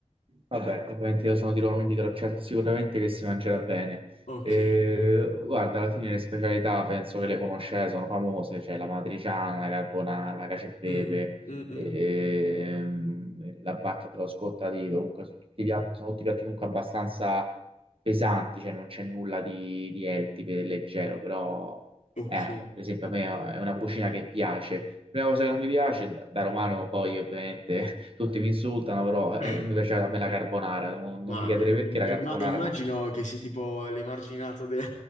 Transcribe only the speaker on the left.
Ok.
Mm, mm,
mm.
Ok.
<laughs> Eh,
Mamma
mia,
imm-
imma-
immagino
che sei tipo l'emarginato del...